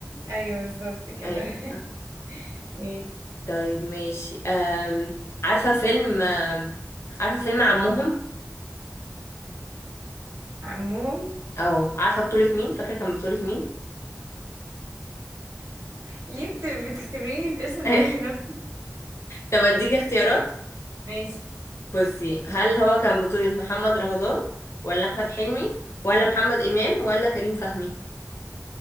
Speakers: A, on the right; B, on the left.
A: ايوه بالظبط كده
B: ايوه صح
A: <laughs> ماشي
B: طيب ماشي أم... عارفة فيلم أم... عارفة فيلم عمهم
A: عمهم
B: او عارفة بطولة مين فاكرة كان بطولة مين
A: ليه بت- بتختبريني باسم
B: <laughs>
A: الفيلم نفسه
B: طب اديكي اختيارات
A: ماشي
B: بصي هل هو كان بطولة محمد رمضان ولا احمد حلمي ولا محمد امام ولا كريم فهمي